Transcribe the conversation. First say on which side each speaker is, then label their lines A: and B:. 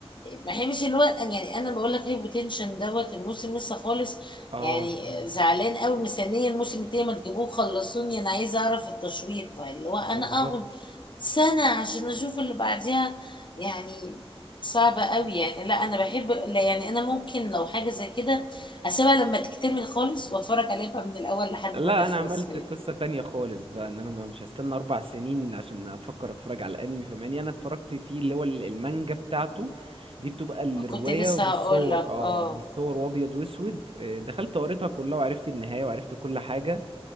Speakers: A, on the left; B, on the right.
A: ما هي مش اللي هو يعني انا بقول لك هايبوتنشن دوت الموسم لسه خالص
B: اه
A: يعني زعلان قوي مستنيه الموسم التاني ما تجيبوه خلصوني انا عايزه اعرف التشويق فاللي هو
B: بالظبط
A: انا اقعد سنه عشان اشوف اللي بعديها يعني صعبة قوي يعني لا انا بحب لا يعني انا ممكن لو حاجة زي كده اسيبها لما تكتمل خالص واتفرج عليها بقى من الاول لحد
B: لا
A: ما تخلص
B: انا عملت قصة تانية خالص بقى ان انا ما- مش هستنى اربع سنين عشان افكر اتفرج على الانمي فماني انا اتفرجت فيه اللي هو ال- المانجا بتاعته دي بتبقى الرواية
A: كنت لسه
B: بالصور
A: هقول لك
B: اه
A: اه
B: بالصور وابيض واسود آه، دخلت قريتها كلها وعرفت النهاية وعرفت كل حاجة